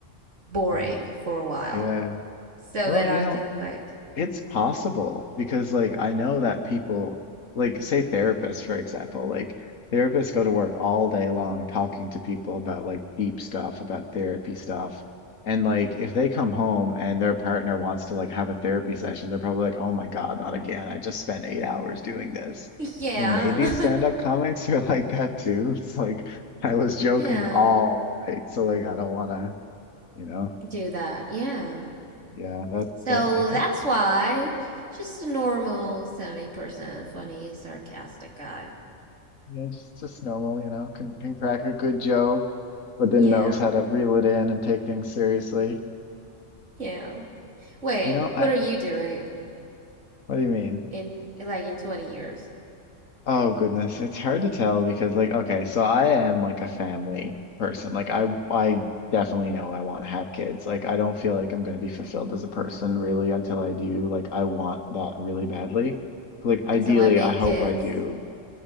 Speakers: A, on the right; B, on the left.
A: boring
B: Yeah.
A: for a while
B: Yeah.
A: so
B: Well,
A: that
B: you
A: I
B: know,
A: can like,
B: It's possible because like I know that people like say therapists for example like therapists go to work all day long talking to people about like deep stuff about therapy stuff and like if they come home and their partner wants to like have a therapy session they're probably like oh my God not again I just spent eight hours doing this
A: <laughs> yeah,
B: so maybe stand-up comics <laughs> are like that too <laughs> it's like I was joking
A: <laughs> yeah,
B: all night so like I don't wanna you know
A: do that. Yeah.
B: yeah that
A: So
B: that I guess
A: that's why just a normal 70% funny, sarcastic guy.
B: Yeah, just just normal, you know, can can crack a good joke, but then
A: Yeah.
B: knows how to reel it in and take things seriously.
A: Yeah. Wait,
B: You know, I
A: what are you doing
B: what do you mean?
A: in like in 20 years?
B: Oh goodness, it's hard to tell because like okay, so I am like a family person. Like I I definitely know I want to have kids. Like I don't feel like I'm going to be fulfilled as a person really until I do. Like I want that really badly. Like ideally,
A: Until I make
B: I hope
A: kids?
B: I do